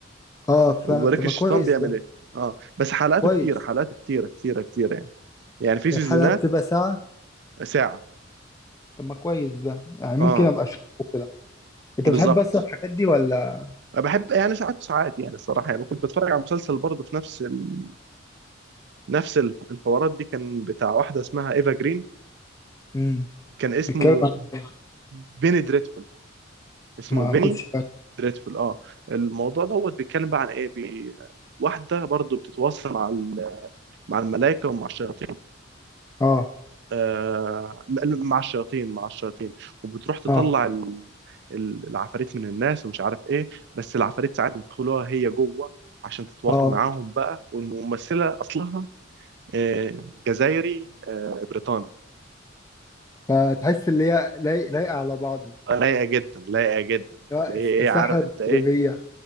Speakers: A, on the left; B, on the right.
A: اه فاهم
B: وبارك
A: طب
B: الشيطان
A: ما كويس
B: بيعمل
A: ده
B: ايه اه بس حلقاته
A: كويس
B: كتيره حلقاته كتيره كتيره كتيره يعني يعني في سيزونات
A: هي الحلقة بتبقى ساعة
B: ساعه
A: طب ما كويس ده يعني
B: اه
A: ممكن ابقى اشوفه كده انت
B: بالظبط
A: بتحب بس الحاجات دي ولا
B: أنا بحب يعني ساعات وساعات يعني الصراحه يعني كنت بتفرج على مسلسل برضه في نفس ال... نفس ال- الحوارات دي كان بتاع واحده اسمها ايفا جرين
A: امم
B: كان اسمه
A: بيتكلم عن-
B: بيني دريدفول اسمه
A: إيه؟ ما
B: بيني
A: خدش بالي
B: دريدفول اه الموضوع دوت بيتكلم بقى عن ايه بي... واحده برضه بتتواصل مع ال... مع الملائكه ومع الشياطين
A: اه
B: آه، مع الشياطين مع الشياطين وبتروح تطلع
A: اه
B: ال- ال- العفاريت من الناس ومش عارف ايه بس العفاريت ساعات بيدخلوها هي جوه عشان تتواصل
A: اه
B: معاهم بقى والممثلة أصلها آه، جزائري آه، بريطاني
A: فتحس اللي هي لايق- لايقة على بعضها
B: آه، لايقة جدا لايقة جدا
A: لا،
B: اللي هي
A: الس-
B: ايه
A: الساحة
B: عارف
A: التدريبية
B: انت ايه